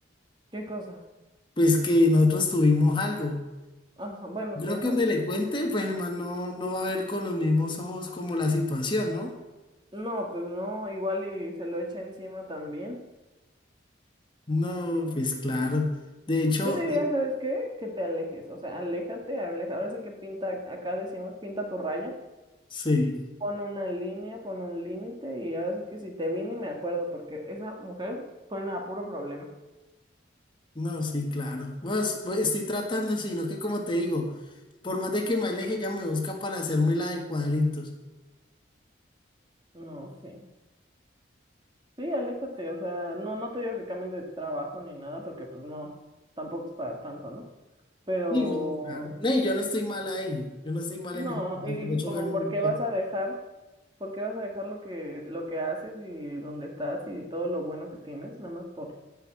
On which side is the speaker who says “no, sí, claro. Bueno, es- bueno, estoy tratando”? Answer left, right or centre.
Left